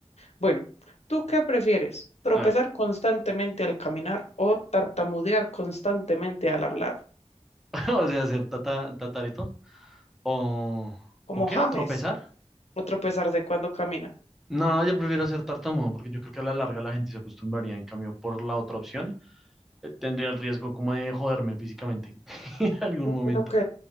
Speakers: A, on the left; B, in the centre.
A: Bueno, ¿tú qué prefieres? ¿Tropezar
B: A ver,
A: constantemente al caminar o tartamudear constantemente al hablar?
B: <laughs> o sea, ser tata, tatareto o,
A: Como
B: ¿o qué?
A: James,
B: ¿O tropezar?
A: o tropezarse cuando camina.
B: No, yo prefiero ser tartamudo porque yo creo que a la larga la gente se acostumbraría. En cambio, por la otra opción, eh, tendría el riesgo como de joderme físicamente <laughs> en algún
A: Mm,
B: momento.
A: Ok,